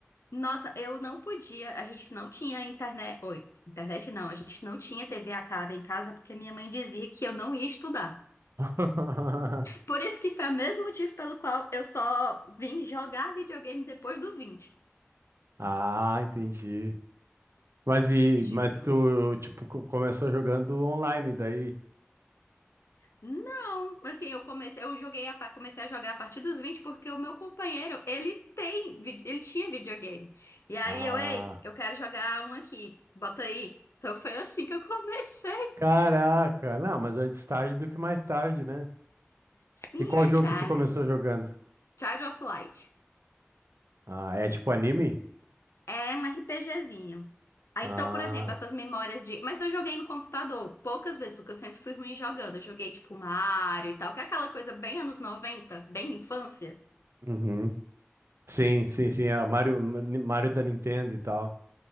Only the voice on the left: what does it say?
Nossa, eu não podia, a gente não tinha internet. Oi, internet não, a gente não tinha TV a cabo em casa porque minha mãe dizia que eu não ia estudar.
Por isso que foi o mesmo motivo pelo qual eu só vim jogar videogame depois dos 20.
Juro.
Não, assim, eu comecei, eu joguei a, pa- comecei a jogar a partir dos 20 porque o meu companheiro, ele tem, vi- ele tinha videogame. E aí
eu, ei, eu quero jogar um aqui, bota aí. Então foi assim que eu comecei.
Sim,
é
sério.
Child of Light.
É um RPGzinho. Ah,
então, por exemplo, essas memórias de. Mas eu joguei no computador poucas vezes, porque eu sempre fui ruim jogando. Eu joguei tipo Mario e tal, que é aquela coisa bem anos 90, bem infância.